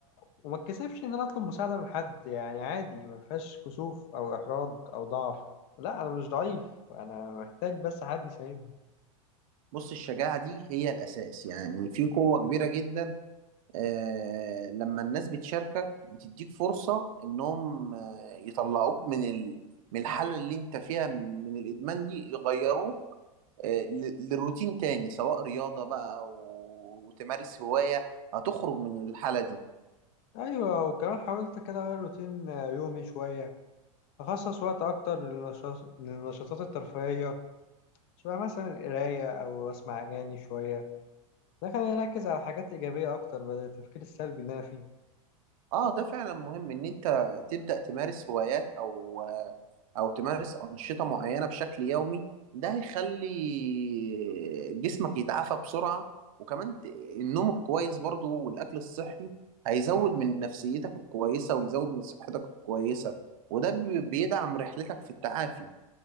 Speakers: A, on the left (about 50°); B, on the right (about 70°).
A: وما اتكسفش إن أنا أطلب مساعدة من حد يعني عادي ما فيهاش كسوف أو إحراج أو ضعف لا أنا مش ضعيف أنا محتاج بس حد يساعدني
B: بص الشجاعة دي هي الأساس يعني في قوة كبيرة جدا آه لما الناس بتشاركك بتديك فرصة إنهم آه يطلعوك من ال... من الحالة اللي أنت فيها من الإدمان دي يغيروه آه ل- للروتين تاني سواء رياضة بقى أو تمارس هواية هتخرج من الحالة دي
A: ايوه وكمان حاولت كده اغير روتين آه، يومي شويه اخصص وقت اكتر للنشاط للنشاطات الترفيهيه شبه مثلا القرايه او اسمع اغاني شويه ده خلاني اركز على حاجات ايجابيه اكتر بدل التفكير السلبي اللي انا فيه
B: اه ده فعلا مهم ان انت تبدأ تمارس هوايات او او تمارس أنشطة معينة بشكل يومي ده هيخلي جسمك يتعافى بسرعة وكمان ت- النوم الكويس برضو والاكل الصحي هيزود من نفسيتك الكويسة ويزود من صحتك الكويسة وده بي- بيدعم رحلتك في التعافي